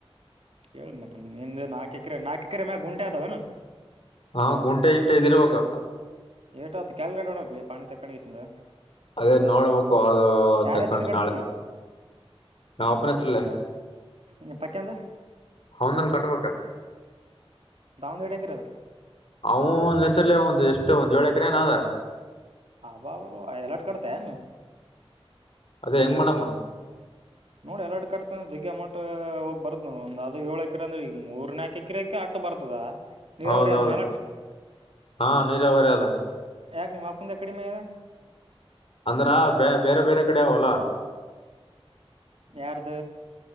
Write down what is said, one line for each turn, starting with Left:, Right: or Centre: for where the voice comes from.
Right: ಕೇಳಿ ಮತ್ ನಿಮ್ದ ನಾಲ್ಕ ಎಕರೆ ನಾಲ್ಕ ಎಕರೆ ಮ್ಯಾಗೆ ಗುಂಟೆ ಆದಾವೇನು
Left: ಹಾ ಗುಂಟೆ ಇಂಟೆ ಇದಿರ್ಬೇಕ
Right: ಏಟ್ ಆತ ಕ್ಯಾಲಕಿಲೇಟ್ ಮಾಡಬೇಕ್ ಲೆ ಪಾಣಿ ತಕ್ಕಂಡೆಸಿಂದ
Left: ಅದೇ ನೋಡ್ಬೇಕು ಅದು ತಕೊಂಡು
Right: ಹೆಸರು ಕಟ್ಬೇಕು
Left: ನಾಳೆ
Right: ಈಗ?
Left: ನಮ್ಮಪ್ಪನ್ ಹೆಸರ್ಲೆ
Right: ನಿ ಪಕೆಂದ
Left: ಅವ್ನದೊಂದ ಕಟ್ಬೇಕ
Right: ದಾವಣಗೆರೆ ಕಡೆದ
Left: ಅವನ್ ಹೆಸರ್ಲೆ ಒಂದು ಎಷ್ಟೇ ಒಂದ ಏಳ ಎಕ್ರೆ ಏನ್ ಆದ
Right: ಹಬಾಬಾಬ ಎರೆಡ್ ಕಟ್ಟೇತಾನು
Left: ಅದೇ ಹೆಂಗ್ ಮಾಡಮ್ಮ
Right: ನೋಡಿ ಎರಡ ಕರ್ತ ಜಗ್ ಅಮೌಂಟ್ ಹೋಗ್ ಬರುದ ನ ಒಂದ ಅದು ಏಳಕಿರಂದ್ರ ಈಗ ಮೂರ್ ನಕ ಕಿರಕ್ಕೆ ಆಟ್ಟು ಬರ್ತದ ನೀರಾವರಿ
Left: ಹೌದೌದು
Right: ಅದಾನ
Left: ಹಾ ನೀರಾವರಿ ಅದ
Right: ಯಾಕ ನಿಮ್ಮ್ ಅಪ್ಪಂದ ಎಕಡಿ ಮೇದ
Left: ಅಂದ್ರ ಬೇ ಬೇರೆ ಬೇರೆ ಕಡೆ ಅವಲ್ಲ
Right: ಯಾರ್ದ